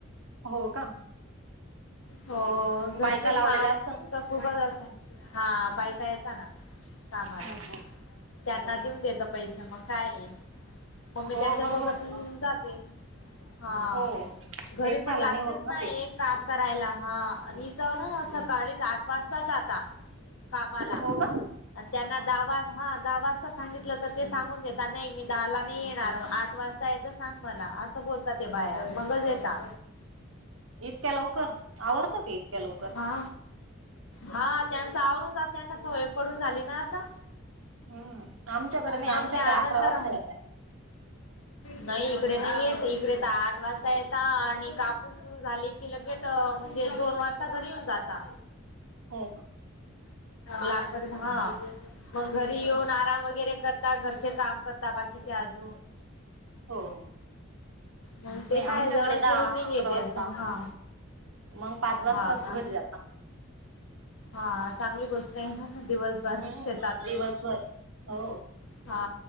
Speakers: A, on the right; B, on the left.
A: हो का?
B: हो घरचचं
A: बायका लावलेल्या
B: काम
A: असतात ना.
B: त खूपच अस हा बायका यायच्या ना कामाला.
A: हम्म
B: त्यांना
A: हम्म.
B: देऊन देत पैसे मग काय मग ममी
A: हो
B: त्यांच्या
A: बरोबर
B: सोबत
A: आहे ना.
B: जाते. हा.
A: हो
B: घरी
A: एकट्याला
B: पण लागतेच
A: नाही होत
B: ना
A: ते.
B: एक काम करायला हा आणि तर सकाळी आठ वाजता जाता कामाला
A: हो का?
B: आण त्यांना दावा हा दहा वाजता सांगितलं तर ते सांगून देता नाही मी दहाला नाही येणार आ ठ वाजता येत सांग मला असं बोलता ते बाहेर मगच येता.
A: इतक्या लवकर आवरत की इतक्या लवकर?
B: हा हा त्यांच आवरून जाते त्यांना सवय पडून झाली ना आता.
A: हम्म. आमच्याकडे नाही
B: मग
A: आमच्याकडे
B: त्यानंतर.
A: अकरा वाजता येताय.
B: नाही इकडे. नाही येत इकडे तर आठ वाजता येत आणि कापूस झाली की लगेच म्हणजे दोन वाजता. घरी येऊन जाता,
A: हो
B: लागड हा. मग घरी येऊन
A: का?
B: आराम वगैरे करता घरचे काम करता बाकीचे अजून.
A: हो हो.
B: मग
A: नाही
B: ते
A: आमच्याकडे
B: काय दररोजचे
A: दहा
B: रुटीन
A: अकरा
B: येतेच
A: वाजता
B: हा
A: मग पाच वाजता.
B: हा का
A: घरी जाता.
B: हा चांगली गोष्ट आहे ना. दिवसभर
A: हम्म
B: शेतातच
A: दिवसभर हो
B: हा